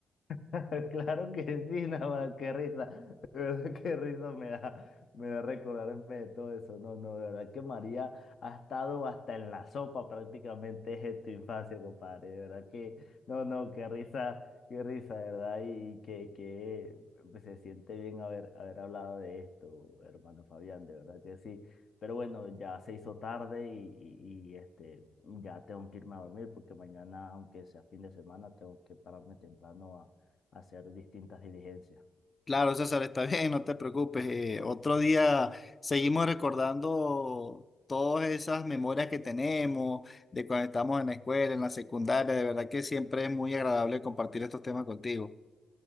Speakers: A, on the left; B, on the left.
A: <laughs> Claro que sí, <laughs> nada, qué risa, de verdad qué risa me da, me da recordarme de todo eso. No, no, de verdad que María ha estado hasta en la sopa prácticamente <laughs> desde tu infancia, compadre. De verdad que, no, no, qué risa, qué risa, de verdad, y que, que pues, se siente bien haber, haber hablado de esto, hermano Fabián, de verdad que sí. Pero bueno, ya se hizo tarde y, y, y, este, ya tengo que irme a dormir porque mañana, aunque sea fin de semana, tengo que pararme temprano hacer distintas diligencias.
B: Claro, César, está <laughs> bien, no te preocupes. eh, otro día seguimos recordando todas esas memorias que tenemos de cuando estamos en la escuela, en la secundaria. De verdad que siempre es muy agradable compartir estos temas contigo.